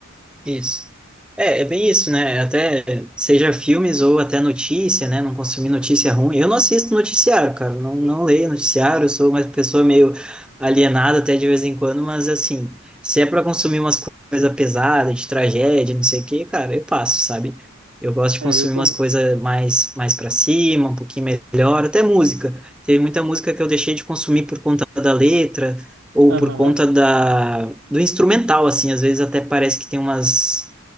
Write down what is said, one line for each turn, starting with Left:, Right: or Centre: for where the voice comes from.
Centre: Isso. É, é bem isso, né? Até seja filmes ou até notícia, né? Não consumir notícia ruim. Eu não assisto noticiário, cara. Não, não leio noticiário. Eu sou uma pessoa meio alienada até de vez em quando, mas assim, se é para consumir umas coisas pesadas, de tragédia, não sei o quê, cara, eu passo, sabe? Eu gosto de
Right: É,
Centre: consumir
Right: eu também.
Centre: umas coisas mais, mais para cima, um pouquinho melhor, até música. Teve muita música que eu deixei de consumir por conta da letra ou
Right: Aham,
Centre: por conta da do instrumental, assim, às vezes até parece que tem umas.